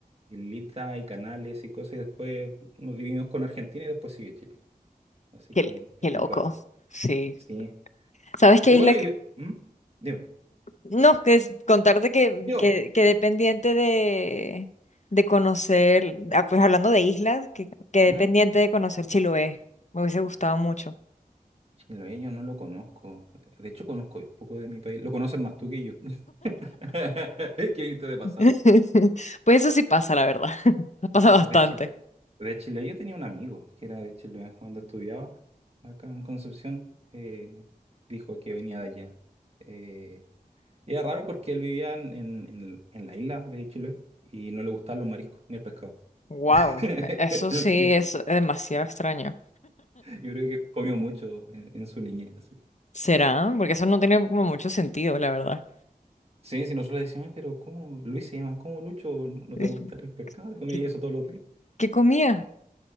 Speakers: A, on the right; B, on the left.
A: Islitas y canales y cosas. Y después nos dividimos con Argentina y después sigue Chile. Así
B: qué,
A: que es
B: qué
A: bien
B: loco.
A: raro.
B: Sí.
A: Sí.
B: ¿Sabes qué
A: Sí, bueno,
B: isla?
A: yo. ¿Mm? Dime.
B: No, que es contarte que,
A: Yo.
B: que, quedé pendiente de, de conocer, ah, pues hablando de islas, que quedé
A: ¿Mm?
B: pendiente de conocer Chiloé. Me hubiese gustado mucho.
A: Chiloé, yo no lo conozco. De hecho, conozco un poco de mi país. Lo conocen más tú que yo. <laughs> ¿Qué viniste de pasado?
B: <laughs> Pues eso sí pasa, la verdad. <laughs> Pasa
A: Sí,
B: bastante.
A: de Chile. De Chile, yo tenía un amigo que era de Chile eh, cuando estudiaba acá en Concepción. eh, dijo que venía de allá. Eh, y era raro porque él vivía en, en- en- en la isla de Chile y no le gustaban los mariscos ni el pescado.
B: Wow,
A: <laughs>
B: eso sí
A: Sí,
B: es demasiado extraño.
A: yo creo que comió mucho en, en su niñez.
B: ¿Será? Porque eso no tiene como mucho sentido, la verdad.
A: Sí, si nosotros le decimos, pero ¿cómo Luis se llama? ¿Cómo Lucho? ¿No no
B: Es-
A: te va a gustar el pescado? Te comía
B: ¿Qué,
A: eso todos los días.
B: qué comía?